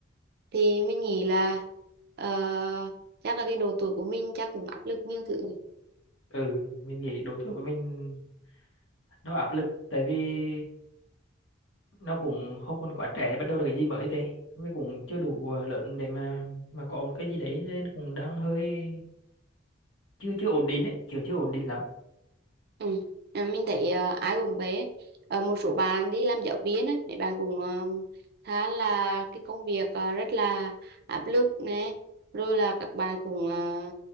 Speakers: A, on the right; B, on the left.
A: thì mình nghĩ là ờ, chắc là cái độ tuổi của mình chắc cũng áp lực nhiều thứ
B: Ừ, mình nghĩ độ tuổi của mình nó áp lực tại vì nó cũng không còn quá trẻ để bắt đầu là cái gì mới thế với cũng chưa đủ ờ, lớn để mà mà có một cái gì đấy nên cũng đang hơi chưa chưa ổn định ấy kiểu chưa ổn định lắm
A: Ừ. à, Mình thấy ờ, ai cũng vậy ấy. Ờ, một số bạn đi làm giáo viên ấy, mấy bạn cũng ờ, khá là cái công việc ờ, rất là áp lực này rồi là các bạn cũng ờ,